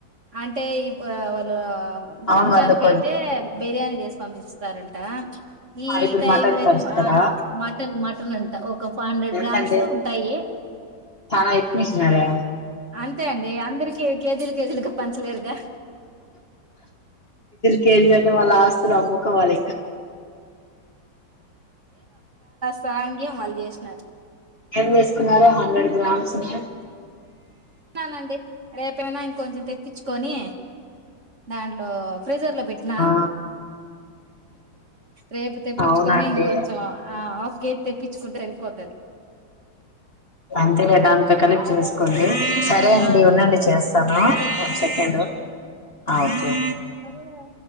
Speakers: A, on the right (about 40°); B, on the left (about 35°).
A: అంటే ఈ వాళ్ళు
B: అవును
A: రంజాన్
B: వాళ్ళు
A: క
B: కొం
A: అయితే బిర్యానీ చేసి పంపిస్ సారంటా ఈ
B: ఆ ఇప్పుడు
A: టైమ్
B: మటన్
A: లో అయితే
B: పంచుతారా
A: మటన్ మటన్ అ ఒక ఫైవ్ హండ్రెడ్
B: ఎంతంటే
A: గ్రామ్స్ ఉంటాయి
B: చానా ఎక్కువిచ్చినారే
A: అంతే అండి అందరికిీ కేజీలు కేజీలుగా పంచలేరుగా
B: కేజీ ఆంటే వాళ్ళ ఆస్తులు అమ్ముకోవాలి ఇంకా
A: సాఘ్యం వాళ్ళు చేసినారు
B: ఏం చేసుకున్నారు హండ్రెడ్ గ్రామ్స్ ని
A: అనండి రేపనా ఇంకొంచెం తెప్పించు కొని దాంట్లో ఫ్రీజర్ లో పెట్టినా
B: ఆ
A: రేపు తెప్పిచ్చుకొని
B: అవునండి
A: ఇంకొంచెం హాఫ్ కె ఇప్పిచ్చుకుంటే అరిగిపోతది
B: అంతేలే దాంతో కలిపి చేసుకోండి సరే అండి
A: ఆ
B: ఉండండి చేస్తాను ఒక సెకండ్ అ ఒ కే
A: అల్లా